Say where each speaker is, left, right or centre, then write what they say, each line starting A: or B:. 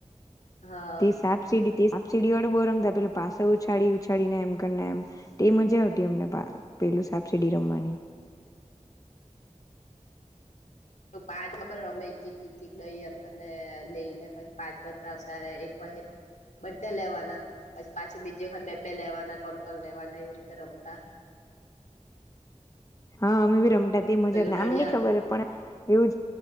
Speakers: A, on the left; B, on the left.
A: હા
B: તે સાપસીડી તે સીડીવાળું બો રમતા પેલું પાછો ઉછાળી ઉછાળી ને એમ કરીને એમ તે મજા આવતી અમને પા પેલું સાપ સીડી રમવાની.
A: પાંચ ખબર અમે એક કિક કિક કિક લઈએ એમ કરીને લઈને પછી પાંચ પથરા ઉસળે પહી. બધા લેવાના પછી પાછું બીજી વખત બે બે લેવાના ટન ટન લેવાના એવી રીતે રમતા.
B: હા, અમે બી રમતા તે મજા
A: પેલું
B: નામ
A: દડિયા
B: ની ખબર પણ એવું જ